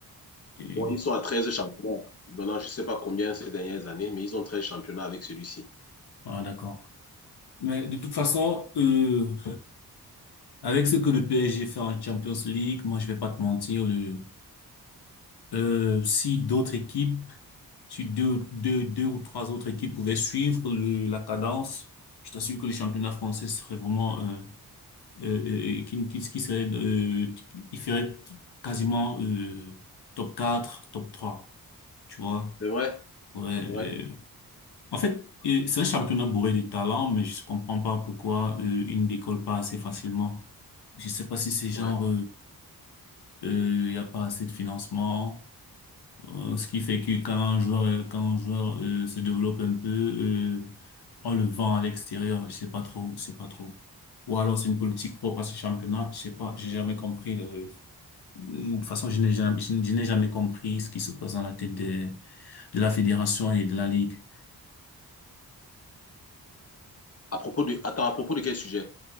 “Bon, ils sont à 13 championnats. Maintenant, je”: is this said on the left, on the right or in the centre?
Left